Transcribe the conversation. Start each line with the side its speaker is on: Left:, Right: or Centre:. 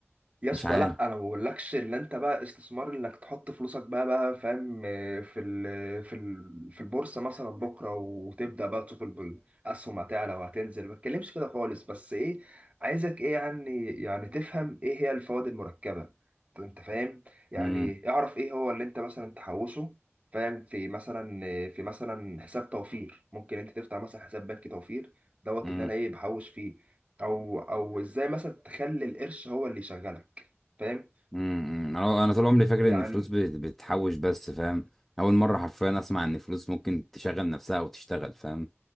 Right: يا اسطى
Centre: مش عارف
Right: لا انا ما بقولكش ان انت بقى استثمار انك تحط فلوسك بقى بقى فاهم آه، في ال في ال في البورصه مثلا بكره وتبدا بقى تشوف ال- الاسهم هتعلى وهتنزل ما بتكلمش كده خالص بس ايه عايزك ايه يعني يعني تفهم ايه هي الفوائد المركبه طب انت فاهم يعني
Centre: امم
Right: اعرف ايه هو اللي انت مثلا تحوشه فاهم في مثلا آه، في مثلا حساب توفير ممكن انت تفتح مثلا حساب بنكي توفير دوت
Centre: امم
Right: اللي انا ايه بحوش فيه او او ازاي مثلا تخلي القرش هو اللي يشغلك فاهم
Centre: امم انا انا طول عمري فاكر
Right: يعني
Centre: ان الفلوس بت- بتحوش بس فاهم اول مرة حرفيا اسمع ان الفلوس ممكن تشغل نفسها وتشتغل فاهم